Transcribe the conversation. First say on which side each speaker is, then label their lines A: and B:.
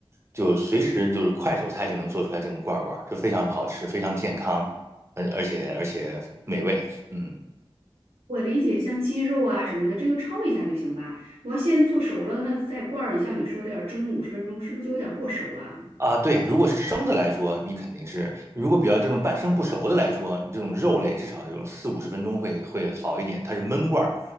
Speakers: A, on the right; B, on the right.
A: 就随时就是快手菜就能做出来这种罐儿罐儿，就非常的好吃，非常健康。而而且而且美味，嗯。
B: 我理解，像鸡肉啊什么的，这个焯一下就行吧。我要先做熟了，那再罐儿，像你说的要蒸五十分钟，是不是就有点过熟了？
A: 啊，对，如果是生的来说，你肯定是；如果比较这种半生不熟的来说，你这种肉类至少有四五十分钟会会好一点。它是焖罐儿，